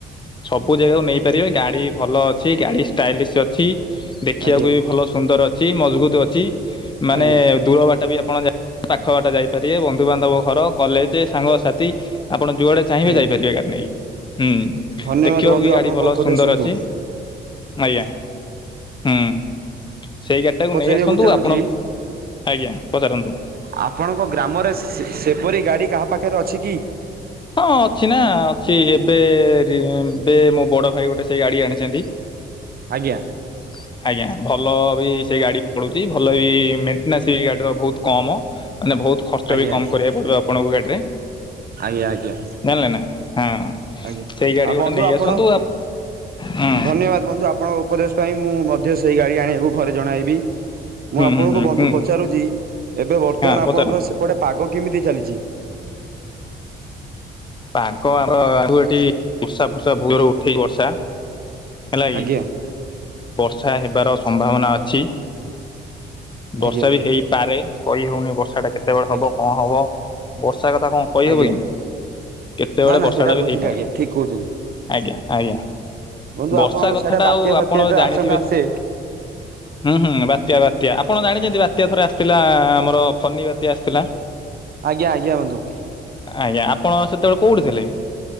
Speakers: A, on the left; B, on the right.
A: ସବୁ ଜାଗାକୁ ନେଇପାରିବେ ଗାଡି ଭଲ ଅଛି ଗାଡି ଷ୍ଟାଇଲିସ୍ ଅଛି। ଦେଖିବାକୁ
B: ଆଜ୍ଞା
A: ବି ଭଲ ସୁନ୍ଦର ଅଛି ମଜବୁତ ଅଛି ମାନେ
B: ଆଜ୍ଞା
A: ଦୂରବାଟ ବି ଆପଣ ଯାଇ ପାଖ ବାଟ ଯାଇପାରିବେ ବନ୍ଧୁବାନ୍ଧବ ଘର। କଲେଜ ସାଙ୍ଗସାଥି ଆପଣ ଯୁଆଡେ ଚାହିଁବେ
B: ଆଜ୍ଞା
A: ଯାଇପାରିବେ ଗାଡ଼ି ନେଇକି ହୁଁ। ଦେଖିବାକୁ
B: ଧନ୍ୟବାଦ ବନ୍ଧୁ
A: ବି ଗାଡ଼ି
B: ଆପଣଙ୍କ
A: ଭଲ
B: ଉପଦେଶ
A: ସୁନ୍ଦର
B: ହେତୁ
A: ଅଛି ଆଜ୍ଞା। ହୁଁ ସେଇ ଗାଡ଼ିଟାକୁ
B: ପଚାରିବାକୁ
A: ନେଇ ଆସନ୍ତୁ
B: ଚାହୁଁଛି
A: ଆପଣ ଆଜ୍ଞା, ପଚାରନ୍ତୁ।
B: ଆପଣଙ୍କ ଗ୍ରାମରେ ସେପରି ଗାଡ଼ି କାହା ପାଖରେ ଅଛି କି?
A: ହଁ ଅଛି ନା ଅଛି ଏବେ ଏବେ ମୋ ବଡ ଭାଇ ଗୋଟେ ସେଇ ଗାଡି ଆଣିଛନ୍ତି। <inaudible>
B: ଆଜ୍ଞା।
A: <inaudible> ଆଜ୍ଞା ଭଲ ବି ସେ ଗାଡ଼ି ପଡ଼ୁଛି ଭଲ ବି ମେଣ୍ଟେନାନ୍ସ ବି ଗାଡ଼ିର ବହୁତ କମ୍। ମାନେ ବହୁତ ଖର୍ଚ୍ଚ
B: ଆଜ୍ଞା
A: ବି
B: ଆଜ୍ଞା
A: କମ କରିବାକୁ ପଡିବ ଆପଣଙ୍କୁ ଗାଡିରେ।
B: ଆଜ୍ଞା ଆଜ୍ଞା।
A: ଜାଣିଲେ ନା ହଁ।
B: ଆଜ୍ଞା
A: ସେଇ ଗାଡ଼ି
B: ଆଉ
A: ଗୋଟେ
B: ବନ୍ଧୁ
A: ନେଇ
B: ଆପଣ
A: ଆସନ୍ତୁ ହୁଁ
B: ଧନ୍ୟବାଦ ବନ୍ଧୁ ଆପଣଙ୍କ ଉପଦେଶ ପାଇଁ ମୁଁ ମଧ୍ୟ ସେଇ ଗାଡି ଆଣିବାକୁ ଘରେ ଜଣାଇବି। ମୁଁ
A: ହୁଁ
B: ଆପଣଙ୍କୁ
A: ହୁଁ ହୁଁ
B: ବନ୍ଧୁ
A: ହୁଁ
B: ପଚାରୁଚି ଏବେ ବର୍ତ୍ତମାନ
A: ହଁ ପଚାରନ୍ତୁ
B: ଆପଣଙ୍କର ସେପଟେ ପାଗ କେମିତି ଚାଲିଚି?
A: ପାଗ ଆର ଆଉ ଏଠି ବର୍ଷା ଫର୍ଷା ଭୋରୁ ଉଠେଇିବର୍ଷା ହେଲା
B: ଆଜ୍ଞା
A: କି। ବର୍ଷା ହେବାର ସମ୍ଭାବନା ଅଛି। ବର୍ଷା
B: ଆଜ୍ଞା
A: ବି ହେଇପାରେ କହି ହଉନି ବର୍ଷା ଟା କେତେବେଳେ ହବ
B: ଆଜ୍ଞା
A: କଣ ହବ ବର୍ଷା କଥା କଣ କହିହେବ
B: ଆଜ୍ଞା
A: କି କେତେବେଳେ
B: ନା ନା
A: ବର୍ଷାଟା
B: ସେଇଟା ବୁଝିଲି
A: ବି ହୋଇଇପାରେ।
B: ଆଜ୍ଞା ଠିକ କହୁଚନ୍ତି
A: ଆଜ୍ଞା ଆଜ୍ଞା
B: ବନ୍ଧୁ
A: ବର୍ଷା
B: ଆପଣଙ୍କ
A: କଥା
B: ସିଆଡ଼େ
A: ଟା
B: ବାତ୍ୟା
A: ଆଉ
B: ଫାତ୍ୟା
A: ଆପଣ
B: ତ
A: ଜାଣିଥିବେ।
B: ଆଶଙ୍କା ଆସେ
A: ହୁଁ ହୁଁ ବାତ୍ୟା ବା ତ୍ୟା ଆପଣ ଜାଣିଚନ୍ତି ବାତ୍ୟା ଥରେ ଆସିଥିଲା ଆମର ଫନି ବାତ୍ୟା ଆସିଥିଲା।
B: ଆଜ୍ଞା ଆଜ୍ଞା ବନ୍ଧୁ।
A: ଆଜ୍ଞା ଆପଣ ସେତେବେଳେ କୋଉଠି ଥିଲେ?